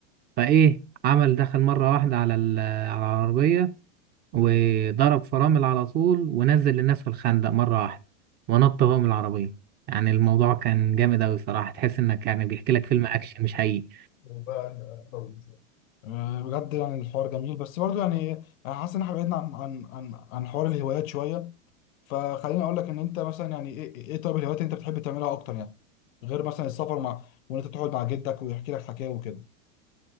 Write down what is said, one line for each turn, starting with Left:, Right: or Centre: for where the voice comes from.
Right: فايه عمل دخل مره واحده على ال- على العربيه وضرب فرامل على طول ونزل الناس في الخندق مرة واحدة ونط هو من العربية يعني الموضوع كان جامد أوي صراحة تحس إنك يعني بيحكي لك فيلم أكشن مش حقيقي
Left: وبقى أطول. آه، بجد يعني الحوار جميل بس برضه يعني أنا حاسس إن إحنا بعدنا عن عن عن عن حوار الهوايات شوية فخليني اقول لك ان انت مثلا يعني ايه ايه طيب الهوايات اللي انت بتحب تعملها اكتر يعني غير مثلا السفر مع وان انت تقعد مع جدك ويحكي لك حكايه وكده